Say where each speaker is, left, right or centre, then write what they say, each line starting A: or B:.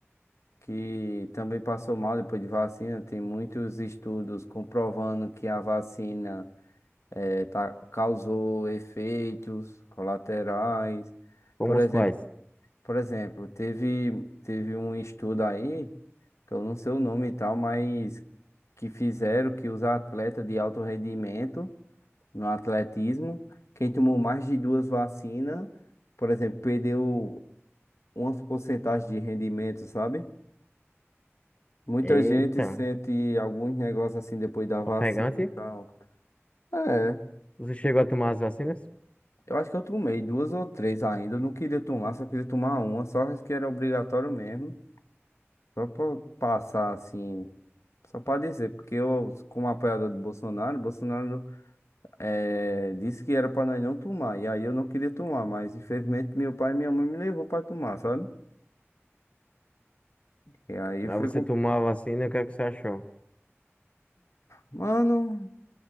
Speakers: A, on the left (about 80°); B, on the left (about 25°).
A: que também passou mal depois de vacina. Tem muitos estudos comprovando que a vacina eh, tá- causou efeitos colaterais.
B: Como
A: Por
B: os
A: exemplo,
B: quais?
A: por exemplo, teve, teve um estudo aí, que eu não sei o nome e tal, mas que fizeram que os atletas de alto rendimento. no atletismo. Quem tomou mais de duas vacinas, por exemplo, perdeu umas porcentagens de rendimento, sabe? Muita
B: Eita,
A: gente sente alguns negócios assim depois da vacina
B: ofegante,
A: e tal. É,
B: você chegou a tomar as vacinas?
A: eu acho que eu tomei duas ou três ainda. Eu não queria tomar, só queria tomar uma, só que era obrigatório mesmo. Só pra passar assim, só pra dizer, porque eu, como apoiador de Bolsonaro, Bolsonaro. É, disse que era pra nós não tomar. E aí eu não queria tomar, mas infelizmente meu pai e minha mãe me levou pra tomar, sabe? E aí
B: Mas
A: foi
B: você
A: com.
B: tomou a vacina, o que é que você achou?
A: Mano,